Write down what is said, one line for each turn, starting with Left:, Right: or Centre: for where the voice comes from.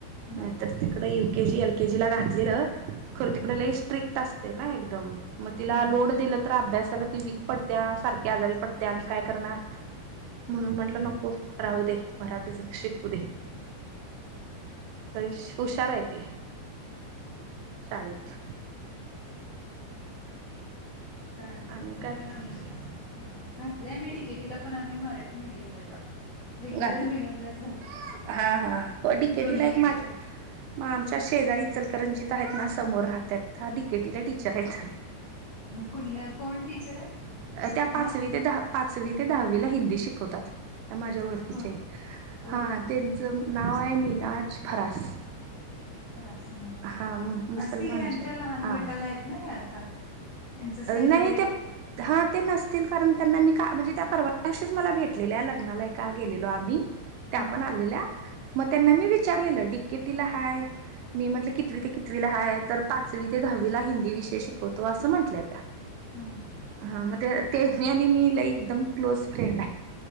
Left: घात
Right: नाहीतर तिकड U K G L KG ला घातले ना. र
Left: हम्म
Right: तिकडेला स्ट्रिक्ट असते ना एकदम मग तिला
Left: हम्म
Right: लोड दिलं तर अभ्यासाला ती वीक पडत्या सारख. आजारी पडते. आणि काय करणार? म्हणून म्हटलं नको राहू दे मराठीच शिकू दे. तरी हुशार आहे ती शाळेत.
Left: चालेल
Right: आणि
Left: चाले
Right: काय
Left: आमचे. घातलंय मी डी केटीला पण आम्ही मराठी मीडियमला आपल. रेग्युलर
Right: घातलं
Left: मिडियमलाच घातलं.
Right: हा हा हो डिकेटीला
Left: दोन्ही
Right: एक
Left: आहे
Right: माझ
Left: तिथं.
Right: मग आमच्या शेजारी इचलकरंजीत आहेत ना समोर राहत आहेत डीकेटीला टीचर आहेत.
Left: कुठलं? कोण टीचर आहे?
Right: त्या पाचवी
Left: नाव
Right: ते दहा पाचवी ते दहावी ला हिंदी शिकवतात. त्या माझ्या ओळखीचे
Left: होय ओळखीचे
Right: हा त्यांचं नाव आहे मिनाज फरास.
Left: फरास मॅडम
Right: हा
Left: काय?
Right: मुसलमानचे
Left: असतील ह्यांच्या
Right: आहेत.
Left: लहान
Right: हा
Left: गटाला आहेत ना आता. यांचं सेपरेट
Right: नाही ते, हा ते नसतील कारण. त्यांना मी का म्हणजे त्या, परवा दिवशी मला भेटलेल्या आहे लग्नाला आहे का गेलेलो आम्ही. त्या
Left: हा
Right: पण आलेल्या मग त्यांना मी, विचारलेलं डिककेटीला हाय. मी म्हटलं कितती ते कितवीला हाय तर पाचवी ते दहावीला हिंदी विषय शिकवतो असं म्हण. त्या,
Left: हं.
Right: हा मग ते ते मी आणि मी लई एकदम क्लोज फ्रेंड आहे.